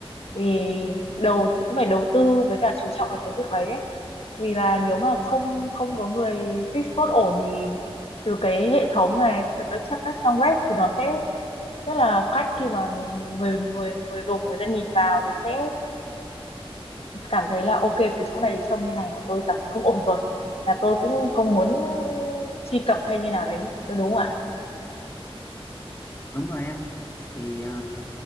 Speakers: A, on the left; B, on the left.
A: thì đầu cũng phải đầu tư với cả chú trọng về cái việc đấy ấy. Vì là nếu mà không không có người fix code ổn thì từ cái hệ thống này, từ các tra- các trang web thì nó sẽ rất là khách khi mà người người người dùng người ta nhìn vào thì sẽ cảm thấy là ok cái chỗ này trông như này là tôi cảm thấy không ổn rồi là tôi cũng không muốn truy cập hay như nào đấy tôi đúng không ạ
B: đúng rồi em thì à,